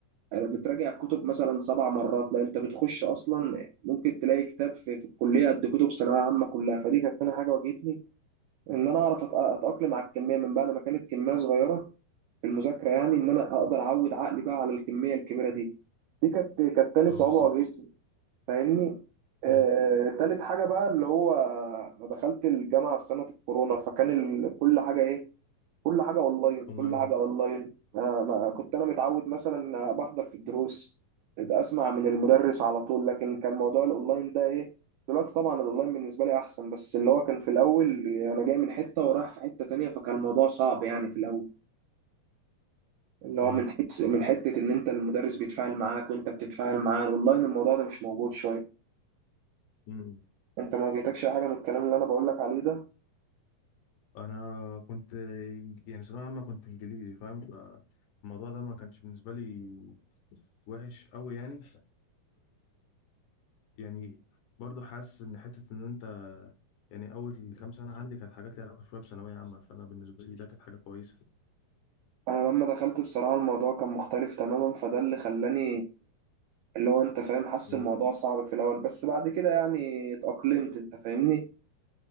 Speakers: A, on the right (about 80°); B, on the left (about 75°).
A: بتراجع الكتب مثلا سبع مرات لا انت بتخش اصلا ممكن تلاقي كتاب في, في الكليه قد كتب ثانويه عامه كلها فدي كانت تاني حاجه واجهتني ان انا اعرف أت- اتاقلم على الكميه من بعد ما كانت كميه صغيره في المذاكره يعني ان انا اقدر اعود عقلي بقى على الكميه الكبيره دي دي كانت كانت تاني
B: آه
A: صعوبه
B: بالظبط
A: واجهتني فاهمني آه،
B: مم.
A: تالت حاجه بقى اللي هو انا دخلت الجامعه في سنه الكورونا فكان ال- كل حاجه ايه كل حاجة أونلاين
B: أونلاين
A: كل حاجة أونلاين آه، ما كنت أنا متعود مثلا بحضر في الدروس ده أسمع من المدرس على طول لكن كان موضوع الأونلاين ده إيه دلوقتي طبعا الأونلاين بالنسبة لي أحسن بس اللي هو كان في الأول أنا جاي من حتة ورايح في حتة تانية فكان الموضوع صعب يعني في الأول اللي هو
B: آه
A: من حس من حتة إن أنت المدرس بيتفاعل معاك وأنت بتتفاعل معاه الأونلاين الموضوع ده مش موجود شوية
B: مم.
A: أنت ما واجهتكش أي حاجة من الكلام اللي أنا بقول لك عليه ده
B: أنا كنت إنج- يعني ثانوية عامة كنت إنجليزي فاهم فالموضوع ده ما كانش بالنسبة لي وحش أوي يعني يعني برضه حاسس ان حته ان انت يعني اول كام سنه عندي كانت حاجات ليها علاقه شويه بثانويه عامه فانا بالنسبه لي ده كانت حاجه كويسه
A: انا لما دخلت بصراحه الموضوع كان مختلف تماما فده اللي خلاني اللي هو انت فاهم حاسس
B: مم.
A: الموضوع صعب في الاول بس بعد كده يعني اتأقلمت انت فاهمني